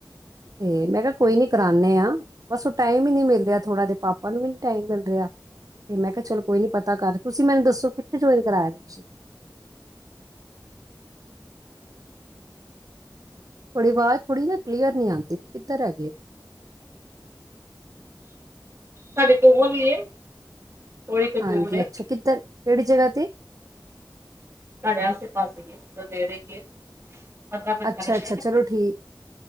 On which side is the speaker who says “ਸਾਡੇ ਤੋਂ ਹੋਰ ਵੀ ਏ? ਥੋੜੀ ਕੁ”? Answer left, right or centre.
Right